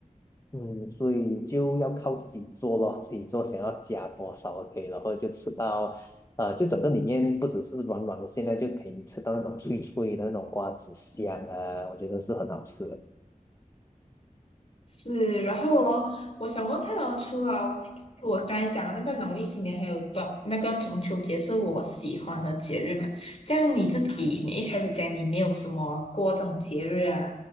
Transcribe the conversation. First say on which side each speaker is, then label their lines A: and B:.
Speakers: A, on the left; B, on the left.
A: 嗯，所以就要靠自己做咯，自己做想要加多少可以，然后就吃到，呃，就整个里面不只是软软的馅料，现在就可以吃到那种脆脆的那种瓜子香啊，我觉得是很好吃的。
B: 是，然后哦，我想问看哦，除了我刚才讲的那个农历新年，还有短那个中秋节是我喜欢的节日嘛？这样你自己，你一开始讲你没有什么过这种节日啊